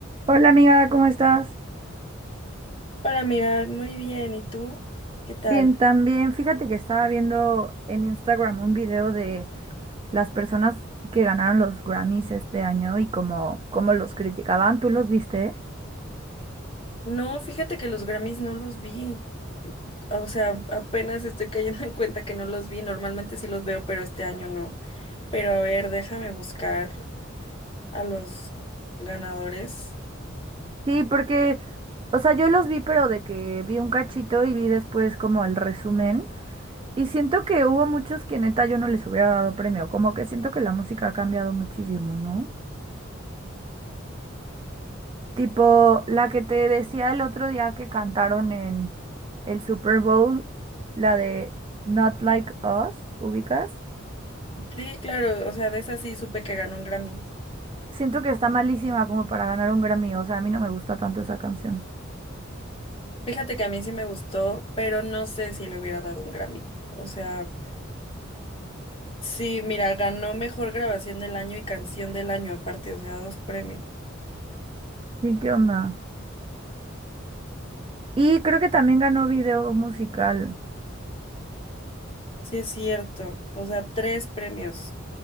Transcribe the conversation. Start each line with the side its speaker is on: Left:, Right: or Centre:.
Right: Hola amiga, ¿cómo estás?
Left: Hola amiga, muy bien. ¿Y tú? ¿Qué tal?
Right: Bien, también. Fíjate que estaba viendo en Instagram un video de las personas que ganaron los Grammys este año y cómo, cómo los criticaban. ¿Tú los viste?
Left: No, fíjate que los Grammys no los vi. O sea, apenas estoy cayendo <laughs> en cuenta que no los vi. Normalmente sí los veo, pero este año no. Pero a ver, déjame buscar a los ganadores.
Right: Sí, porque, o sea, yo los vi, pero de que vi un cachito y vi después como el resumen. Y siento que hubo muchos que neta yo no les hubiera dado premio. Como que siento que la música ha cambiado muchísimo, ¿no? Tipo, la que te decía el otro día que cantaron en el Super Bowl, la de Not Like Us, ¿ubicas?
Left: Sí, claro, o sea, de esa sí supe que ganó un Grammy.
Right: Siento que está malísima como para ganar un Grammy, o sea, a mí no me gusta tanto esa canción.
Left: Fíjate que a mí sí me gustó, pero no sé si le hubiera dado un Grammy. O sea, sí, mira, ganó mejor grabación del año y canción del año aparte, o sea, dos premios.
Right: Sí, ¿qué onda? Y creo que también ganó video musical.
Left: Sí, es cierto. O sea, tres premios.